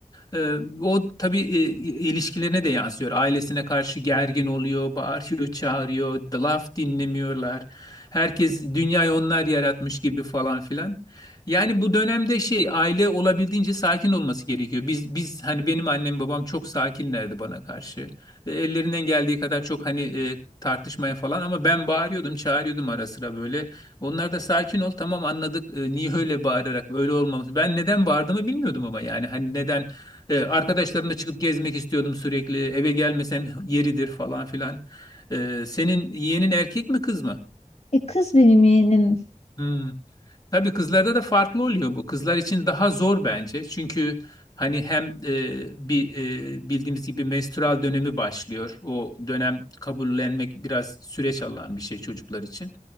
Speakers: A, on the left; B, on the left.
A: Ee, o tabii e, ilişkilerine de yansıyor. Ailesine karşı gergin oluyor, bağırıyor, çağırıyor, laf dinlemiyorlar. Herkes dünyayı onlar yaratmış gibi falan filan. Yani bu dönemde şey aile olabildiğince sakin olması gerekiyor. Biz biz hani benim annem babam çok sakinlerdi bana karşı. E, Ellerinden geldiği kadar çok hani e, tartışmaya falan ama ben bağırıyordum, çağırıyordum ara sıra böyle. Onlar da sakin ol tamam anladık e, niye öyle bağırarak öyle olmamız. Ben neden bağırdığımı bilmiyordum ama yani hani neden ee, arkadaşlarımla çıkıp gezmek istiyordum sürekli. Eve gelmesem yeridir falan filan. Ee, senin yeğenin erkek mi kız mı?
B: E, kız benim yeğenim
A: Hmm. Tabii kızlarda da farklı oluyor bu. Kızlar için daha zor bence. Çünkü hani hem e, bir e, bildiğimiz gibi menstrual dönemi başlıyor. O dönem kabullenmek biraz süreç alan bir şey çocuklar için